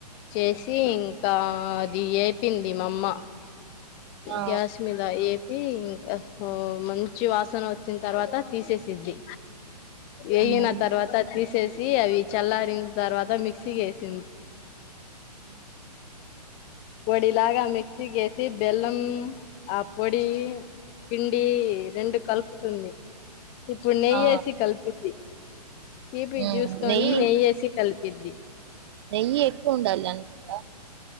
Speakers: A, on the left; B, on the right.
A: చేసి ఇంకా అది వేపింది మామ్మ
B: ఆ
A: గ్యాస్ మీద ఏపి ఇంకా మంచి వాసన వచ్చిన తర్వాత తీసేసిద్ది ఏయిిన
B: మ్మ్
A: తర్వాత తీసి చేసి అవి చల్లారిన తర్వాత మిక్సీ వేసింది
B: ఉ
A: పొడి లాగా మిక్సీ కేసి బెల్లం ఆ పొడి పిండి రెండు కలుపుతుంది ఇప్పుడు నెయ్యేసి
B: ఆ
A: కలిపిద్ది తీపి
B: మ్మ్
A: చూసుకొని
B: నెయ్యి
A: నెయ్యేసి కలిపి పెద్ది
B: నెయ్యి ఎక్కువ ఉండాల అట